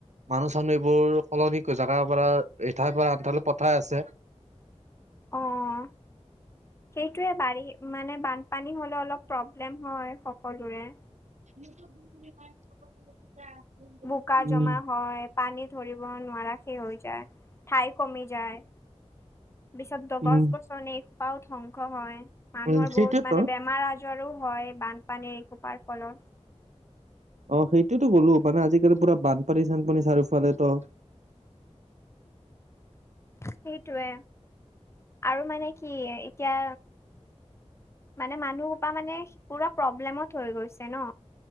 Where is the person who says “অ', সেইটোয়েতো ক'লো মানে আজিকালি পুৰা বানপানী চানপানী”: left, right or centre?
Right